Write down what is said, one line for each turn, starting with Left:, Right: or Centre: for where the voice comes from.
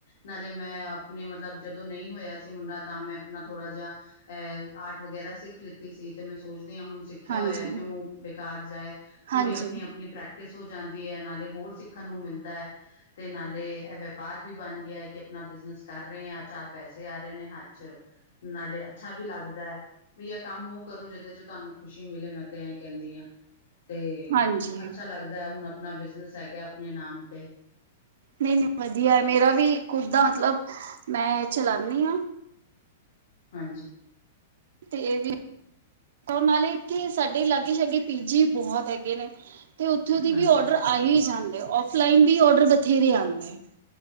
Left: ਨਾਲੇ ਮੈਂ ਆਪਣੇ ਮਤਲਬ ਜਦੋਂ ਨਹੀਂ ਹੋਇਆ ਸੀ ਮੁੰਡਾ ਤਾਂ ਮੈਂ ਆਪਣਾ ਥੋੜਾ ਜਿਹਾ ਅ ਆਰਟ ਵਗੈਰਾ ਸਿੱਖ ਲਿੱਤੀ ਸੀ ਤੇ ਮੈਂ ਸੋਚਦੀ ਹਾਂ ਹੁਣ ਦੇਖਿਆ
Right: ਹਾਂਜੀ
Left: ਹੋਇਆ ਕਿਉਂ ਬੇਕਾਰ ਜਾਏ ਥੋੜੀ
Right: ਹਾਂਜੀ
Left: ਆਪਣੀ ਆਪਣੀ ਪ੍ਰੈਕ ਪ੍ਰੈਕਟਿਸ ਹੋ ਜਾਂਦੀ ਹੈ ਨਾਲੇ ਹੋਰ ਸਿੱਖਣ ਨੂੰ ਮਿਲਦਾ ਹੈ। ਤੇ ਨਾਲੇ ਇਹ ਵਪਾਰ ਵੀ ਬਣ ਗਿਆ ਹੈ ਕਿ ਆਪਣਾ ਬਿਜਨਸ ਕਰ ਰਹੇ ਹਾਂ। ਚਾਰ ਪੈਸੇ ਆ ਰਹੇ ਨੇ ਹੱਥ ਚ ਨਾਲੇ ਅੱਛਾ ਵੀ ਲੱਗਦਾ ਹੈ ਵੀ ਇਹ ਕੰਮ ਉਹ ਕਰੋ ਜਿਹਦੇ ਚੋਂ ਤੁਹਾਨੂੰ ਖੁਸ਼ੀ ਮਿਲੇ ਮੈਂ ਤੇ ਐ ਕਹਿੰਦੀ ਹਾਂ। ਤੇ
Right: ਹਾਂਜੀ
Left: ਅੱਛਾ ਲੱਗਦਾ ਹੁਣ ਆਪਣਾ ਬਿਜਨਸ ਹੈਗਾ ਆਪਣੇ ਨਾਮ ਤੇ
Right: ਨਹੀਂ-ਨਹੀਂ ਵਧੀਆ ਮੇਰਾ ਵੀ ਖੁੱਦ ਦਾ ਮਤਲਬ ਮੈਂ ਚਲਾਉਦੀ ਹਾਂ।
Left: ਹਾਂਜੀ।
Right: ਤੇ ਇਹ ਵੀ ਨਾਲੇ ਇੱਥੇ ਸਾਡੇ ਲਾਗੇ ਚ ਅਗੇ ਪੀਜੀ ਬਹੁਤ ਹੈਗੇ ਨੇ ਤੇ ਉਥੋਂ ਵੀ
Left: ਹਾਂਜੀ ਹਾਂਜੀ
Right: ਡਰ ਆਏ ਜਾਂਦੇ। ਆਫਲਾਇਨ ਵੀ ਆਡਰ ਬਥੇਰੇ ਆਦੇ ਆ